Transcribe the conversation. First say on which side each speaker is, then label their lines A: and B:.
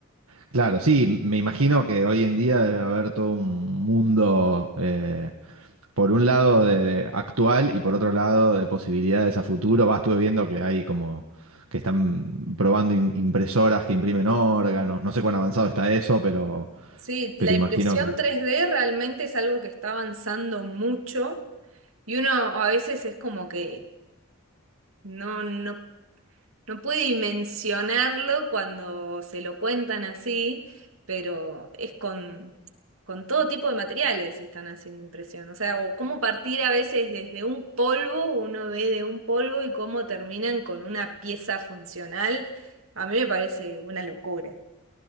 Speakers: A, on the right; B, on the right.
A: claro, sí, me imagino que hoy en día debe haber todo un mundo. eh, por un lado de, de actual y por otro lado de posibilidades a futuro. Va, estuve viendo que hay como que están probando im- impresoras que imprimen órganos. No sé cuán avanzado está eso, pero,
B: Sí, la
A: pero
B: impresión
A: imagino que...
B: tres d realmente es algo que está avanzando mucho y uno a veces es como que no, no No pude dimensionarlo cuando se lo cuentan así, pero es con, con todo tipo de materiales están haciendo impresión. O sea, o cómo partir a veces desde un polvo, uno ve de un polvo y cómo terminan con una pieza funcional, a mí me parece una locura.